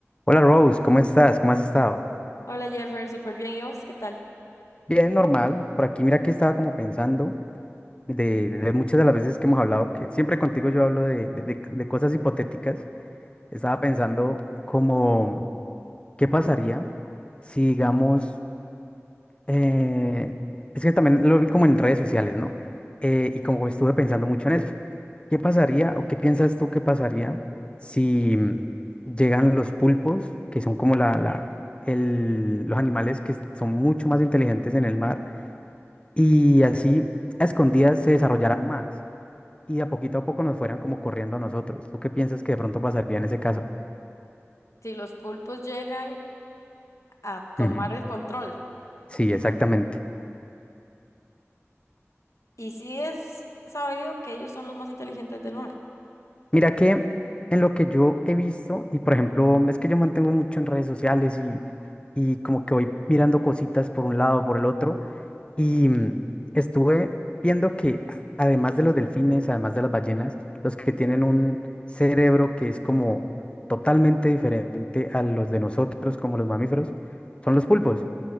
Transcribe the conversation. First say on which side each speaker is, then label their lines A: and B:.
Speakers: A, on the left; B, on the left.
A: Hola Rose, ¿cómo estás? ¿Cómo has estado?
B: Hola Jeffer, súper bien. ¿Y vos qué tal?
A: Bien, normal. Por aquí mira que estaba como pensando de, de muchas de las veces que hemos hablado, que siempre contigo yo hablo de, de- de- de cosas hipotéticas. Estaba pensando como, ¿qué pasaría si digamos Eh, es que también lo vi como en redes sociales, ¿no? Eh, y como estuve pensando mucho en eso. ¿Qué pasaría o qué piensas tú que pasaría si mm, llegan los pulpos, que son como la, la, el- los animales que son mucho más inteligentes en el mar, y así a escondidas se desarrollaran más y de a poquito a poco nos fueran como corriendo a nosotros? ¿Tú qué piensas que de pronto pasaría en ese caso?
B: Si los pulpos llegan a tomar
A: Ujú.
B: el control,
A: Sí, exactamente.
B: y sí es sabido que ellos son los más inteligentes del mar.
A: Mira que en lo que yo he visto, y por ejemplo, es que yo mantengo mucho en redes sociales y, y como que voy mirando cositas por un lado, por el otro, y mm, estuve viendo que a- además de los delfines, además de las ballenas, los que tienen un cerebro que es como totalmente diferente a los de nosotros, como los mamíferos, son los pulpos.